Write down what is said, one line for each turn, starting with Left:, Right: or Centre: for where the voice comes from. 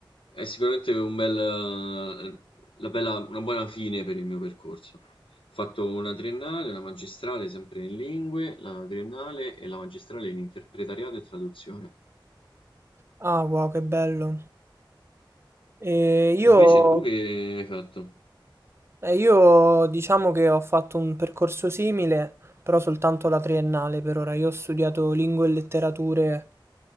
Left: è sicuramente un bel, la bella- una buona fine per il mio percorso. Ho fatto una triennale, una magistrale sempre in lingue, la triennale e la magistrale in interpretariato e traduzione.
Right: Ah, wow, che bello. Eh, io,
Left: Invece tu che hai fatto?
Right: eh, io diciamo che ho fatto un percorso simile, però soltanto la triennale per ora. Io ho studiato lingue e letterature